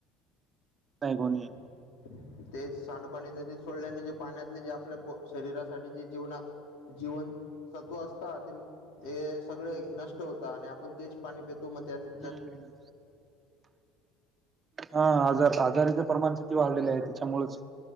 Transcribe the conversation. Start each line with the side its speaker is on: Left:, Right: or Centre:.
Right: तायगोणी
Left: <inaudible> ते सांडपाणी नदीत सोडल्याने जे पाण्यातले जे आपल्या पो शरीरासाठी जे जीवना जिवन सत्व असता ते ए सगळे नष्ट होता आणि आपण तेच पाणी पेतो मग त्यां
Right: हम्म. हा आजार आजारीच प्रमाण किती वाढलेले आहे त्याच्यामुळेच